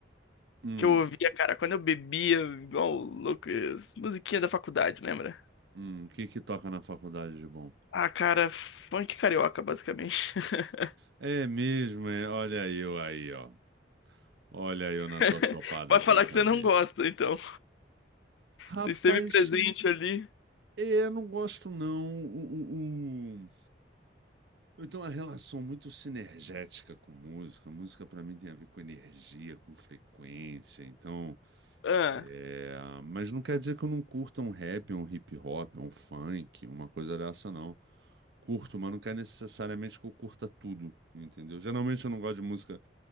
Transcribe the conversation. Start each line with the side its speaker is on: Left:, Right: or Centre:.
Right: Hum,
Left: Que eu ouvia, cara, quando eu bebia, igual louco, as musiquinhas da faculdade, lembra?
Right: hum, o que que toca na faculdade de bom?
Left: Ah, cara, funk carioca, basicamente. <laughs>
Right: É mesmo, é, olha eu aí, ó. Olha eu na
Left: <laughs>
Right: tua chopada
Left: Vai
Right: sem
Left: falar
Right: saber.
Left: que você não gosta, então.
Right: Rapaz,
Left: Você esteve presente ali.
Right: é, eu não gosto não. O, o, o- Eu tenho uma relação muito sinergética com música. Música pra mim tem a ver com energia, com frequência, então...
Left: Ah,
Right: É, mas não quer dizer que eu não curta um rap, um hip hop, um funk, uma coisa dessa, não. Curto, mas não quer necessariamente que eu curta tudo, entendeu? Geralmente eu não gosto de música